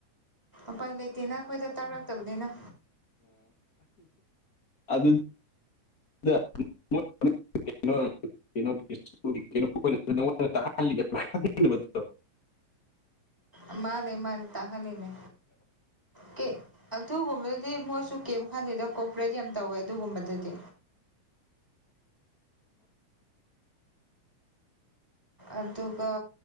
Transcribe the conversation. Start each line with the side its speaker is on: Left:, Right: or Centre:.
Centre: ꯎꯄꯥꯏ ꯂꯩꯇꯦꯅ ꯑꯩꯈꯣꯏꯗ ꯇꯥꯔꯛꯇꯕꯅꯤꯅ
Left: ꯑ ꯑꯗꯨ ꯗ <unintelligible>
Centre: ꯑꯃꯥꯅꯦ ꯃꯥꯅꯦ ꯇꯥꯛꯍꯜꯂꯤꯅꯦ ꯀꯦ ꯑꯗꯨꯒꯨꯝꯕꯗꯗꯤ ꯃꯣꯏꯁꯨ ꯀꯦꯝ ꯈꯟꯗꯦꯗ ꯀꯣꯄꯔꯦꯠ ꯌꯥꯝ ꯇꯧꯋꯦ ꯑꯗꯨꯒꯨꯝꯕꯗꯗꯤ ꯑꯗꯨꯒ